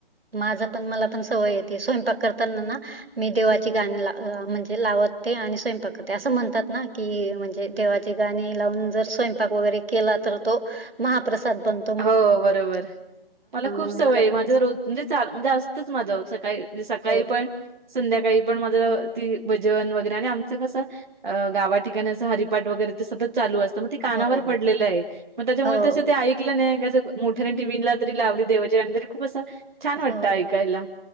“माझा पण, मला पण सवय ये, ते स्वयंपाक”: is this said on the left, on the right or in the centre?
Right